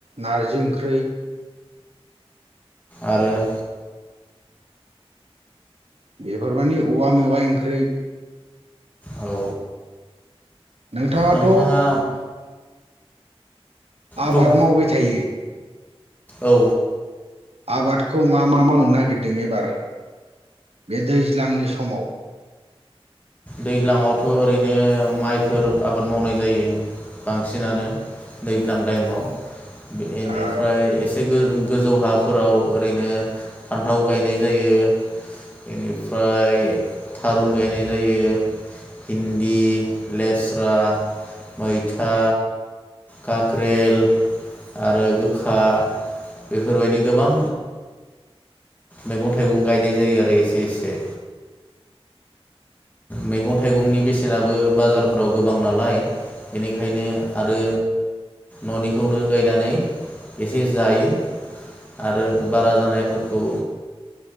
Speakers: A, on the right (about 75°); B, on the left (about 15°).
A: नारजि ओंख्रै
B: आरो
A: बेफोरमानि औवा मेवाइ ओंख्रै
B: औ
A: नोंथाङाथ'।
B: नोंथाङा
A: आबाद
B: बुं
A: मावबाय थायो
B: औ।
A: आबादखौ मा मा मावनो नागिरदों एबार बे दैज्लांनि समाव
B: दैज्लांआवथ' ओरैनो माइफोर आबाद मावनाय जायो बांसिनानो दैज्लां टाइमाव बेनिफ्राय
A: ओ
B: एसे गो गोजौ हाफोराव ओरैनो फान्थाव गायनाय जायो इनि फ्राय थारुन गायनाय जायो भिन्दि, लेस्रा, मैथा, काक्रेल आरो गोखा बेफोरबायदि गोबां मैगं थाइगं गायनाय जायो आरो एसे एसे मैगं थाइगंनि बेसेनाबो बाजारफोराव गोबां नालाय बेनिखायनो आरो न'निखौनो गायनानै एसे जायो आरो बारा जानायफोरखौ